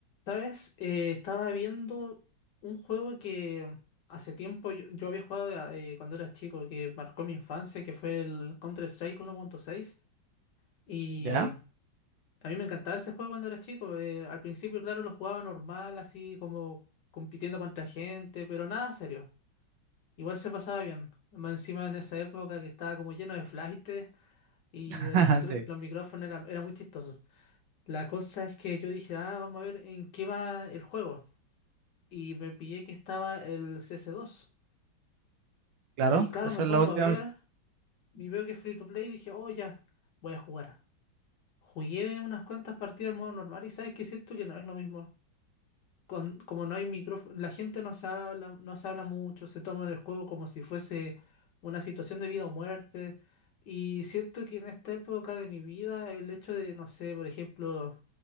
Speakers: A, on the left (about 65°); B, on the right (about 75°).
A: ¿Sabes? Eh, estaba viendo un juego que hace tiempo yo, yo había jugado eh, cuando era chico, que marcó mi infancia, que fue el Counter-Strike uno punto seis Y
B: ¿Ya?
A: a mí me encantaba ese juego cuando era chico. Eh, al principio, claro, lo jugaba normal, así como compitiendo contra gente, pero nada serio. Igual se pasaba bien. Más encima en esa época que estaba como lleno de flashtes y
B: <laughs>
A: el micro-
B: Sí,
A: los micrófonos eran, era muy chistosos. La cosa es que yo dije, ah, vamos a ver en qué va el juego. y me pillé que estaba el CS2.
B: claro.
A: Y claro,
B: Esa
A: me pongo
B: es la última
A: a ver
B: versión,
A: y veo que es free to play y dije, oh ya, voy a jugar. Jugué unas cuantas partidas en modo normal y sabes que siento que no es lo mismo. Con, como no hay micrófono, la gente no se habla, no se habla mucho, se toma el juego como si fuese una situación de vida o muerte. Y siento que en esta época de mi vida, el hecho de, no sé, por ejemplo,